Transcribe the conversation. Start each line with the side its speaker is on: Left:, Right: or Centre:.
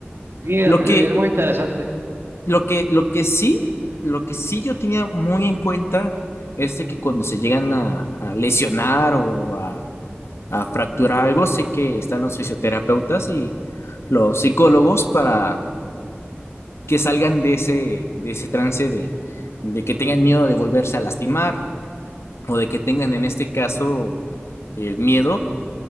Right: sí es
Left: Lo
Right: es
Left: que,
Right: muy interesante.
Left: lo que, lo que sí, lo que sí yo tenía muy en cuenta es de que cuando se llegan a, a lesionar o a, a fracturar algo, sé que están los fisioterapeutas y los psicólogos para que salgan de ese, de ese trance de, de que tengan miedo de volverse a lastimar o de que tengan en este caso el miedo